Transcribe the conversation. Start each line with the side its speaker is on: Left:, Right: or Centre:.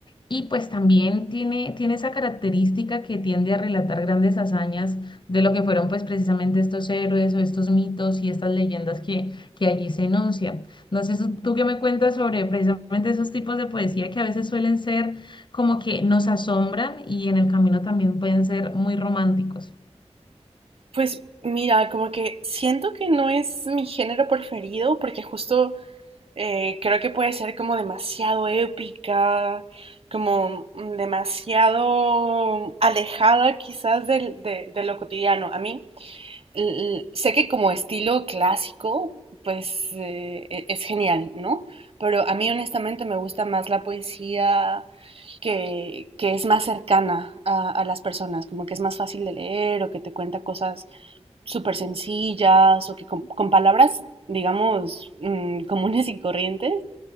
Left: Y pues también tiene, tiene esa característica que tiende a relatar grandes hazañas de lo que fueron pues precisamente estos héroes o estos mitos y estas leyendas que, que allí se enuncian. No sé, su- tú qué me cuentas sobre precisamente esos tipos de poesía que a veces suelen ser como que nos asombran y en el camino también pueden ser muy románticos.
Right: Pues mira, como que siento que no es mi género preferido porque justo eh, creo que puede ser como demasiado épica, como demasiado alejada quizás del- de, de lo cotidiano. A mí l- sé que como estilo clásico, pues eh, e- es genial, ¿no? Pero a mí honestamente me gusta más la poesía que, que es más cercana a, a las personas, como que es más fácil de leer o que te cuenta cosas súper sencillas o que con, con palabras, digamos, mm, comunes y corrientes,